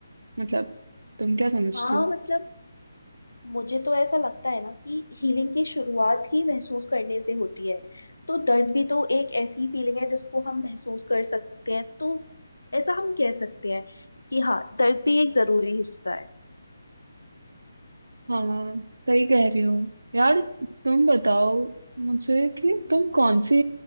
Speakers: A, on the right; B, on the left.
A: मतलब तुम क्या समझती
B: हाँ
A: हो
B: मतलब मुझे तो ऐसा लगता है ना कि हीलिंग की शुरुआत ही महसूस करने से होती है तो दर्द भी तो एक ऐसी फीलिंग है जिसको हम महसूस कर सकते हैं तो ऐसा हम कह सकते हैं कि हाँ दर्द भी एक जरूरी हिस्सा है
A: हाँ सही कह रही हो यार तुम बताओ मुझे कि तुम कौन सी